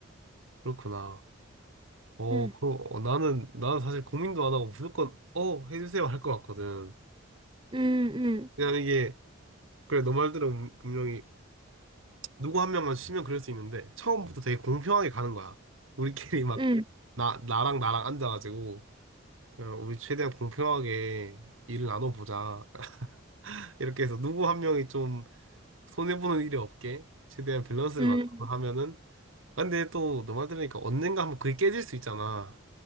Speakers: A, on the right (about 75°); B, on the right (about 25°).
A: 그렇구나. 어,
B: 음,
A: 그럼, 어, 나는, 나는 사실 고민도 안 하고 무조건, 어, 해주세요 할 것 같거든.
B: 음, 음,
A: 그냥 이게, 그래, 너 말대로 분명히 누구 한 명만 쉬면 그럴 수 있는데 처음부터 되게 공평하게 가는 거야. 우리끼리 막
B: 음.
A: 나, 나랑 나랑 앉아가지고 어, 우리 최대한 공평하게 일을 나눠보자. <laughs> 이렇게 해서 누구 한 명이 좀 손해보는 일이 없게 최대한 밸런스를
B: 음.
A: 맞춰서
B: 음.
A: 하면은 아, 근데 또 너 말 들으니까 언젠가 한번 그게 깨질 수 있잖아.